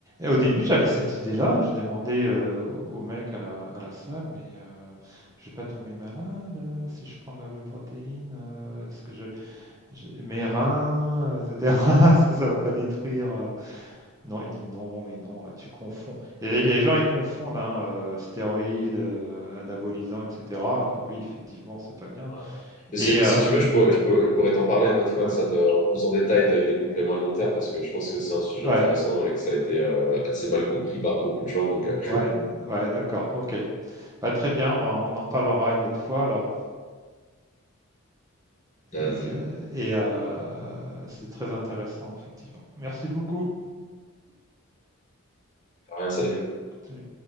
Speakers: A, on the right; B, on the left.
A: Au début, j'avais cette idée-là, je demandais euh, au au mec à la, à la salle, mais euh, je vais pas tomber malade euh, si je prends de la whey protéine, euh, est-ce que je... j'ai- mes reins, euh, etc. <laughs> Est-ce que ça va pas détruire? euh Non, il dit non, mais non, là, tu confonds. Et les, les gens, ils confondent, hein, euh, stéroïdes, euh, anabolisants, etc. Là, oui, effectivement, c'est pas bien.
B: Voilà.
A: Et
B: Mais Si,
A: euh,
B: si tu veux, je pourrais, je pourrais, je pourrais t'en parler une autre fois
A: ouais,
B: de ça, de, en plus en détail de- des compléments alimentaires, parce que je pense que c'est un sujet
A: ouais.
B: intéressant et que ça a été euh, assez mal compris par beaucoup de gens. Donc, euh,
A: Ouais, ouais, d'accord, ok. Bah, très bien, bah, on en reparlera une autre fois alors.
B: <laughs> euh,
A: Et, euh, et, euh, c'est très intéressant, effectivement. Merci beaucoup.
B: rien, salut.
A: Salut.